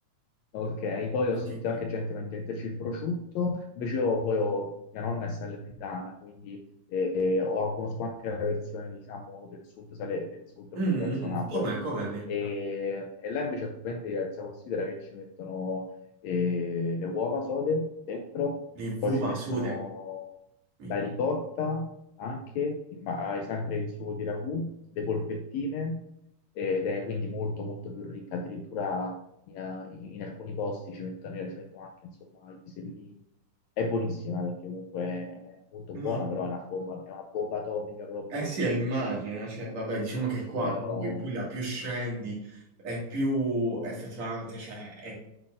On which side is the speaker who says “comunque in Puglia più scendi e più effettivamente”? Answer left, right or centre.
Right